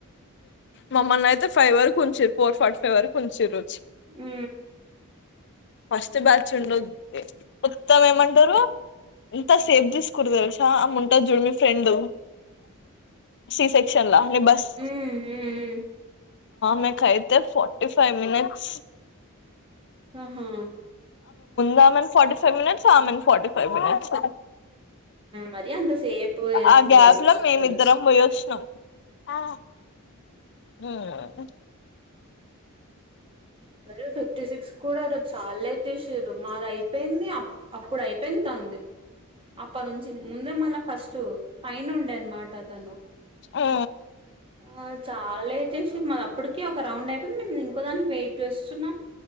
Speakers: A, on the left (about 55°); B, on the right (about 25°).
A: మమ్మలిని అయితే ఫైవ్ వర ఉంచిరు ఫోర్ ఫాటి వరకు ఉంచిరు,
B: ఊ
A: ఫస్ట్ బ్యాచ్ ఉండొద్ది మొత్తం ఏమంటారు ఇంత సేప్ తీసుకున్నారు తెలుసా ఆమె ఉంటాది చుడు మీ ఫ్రెండ్ సి సెక్షన్ లా మిబస్
B: ఉమ్ ఉమ్
A: మ కైతే ఫోర్టీ ఫైవ్ మినిట్స్
B: ఆహా
A: రమణి ఫోర్టీ ఫైవ్ మినిట్స్ ఆమెని ఫోర్టీ ఫైవ్ మినిట్స్
B: మరీ అంతసేపు వేస్తే
A: ఆ గ్యాప్
B: ఎట్లా
A: లో
B: వస్తది
A: మేము ఇద్దరం పోయొచ్చినాం ఆ ఉ
B: అ ఫిఫ్టీ సిక్స్ కూడా ఆరోజు చాలా లేట్ చేసిరు మాది అయిపోయింది అప్పుడు అయిపోయింది, తా తంది అప్పనుంచి ముందే మళ్ళా ఫస్ట్ పైన ఉండే అనమాట తను
A: ఆ
B: ఆ చాలా లేట్ చేసారుమా అప్పటికె ఒక రౌండ్ అయిపోయింది మేము ఇంకో దానికి చుస్తున్నాం